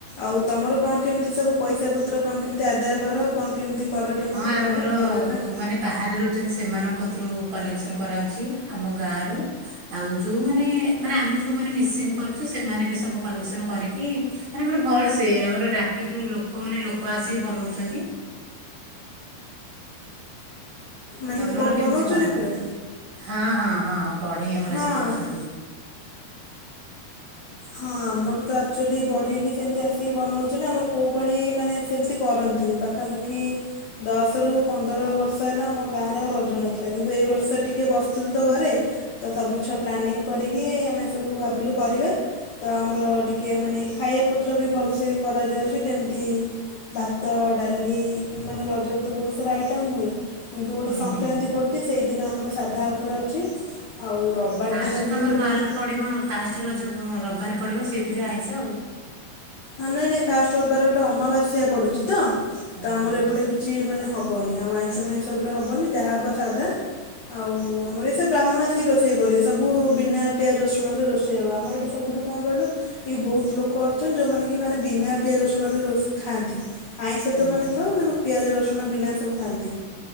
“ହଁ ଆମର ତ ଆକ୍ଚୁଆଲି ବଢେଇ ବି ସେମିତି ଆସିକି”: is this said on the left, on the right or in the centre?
Left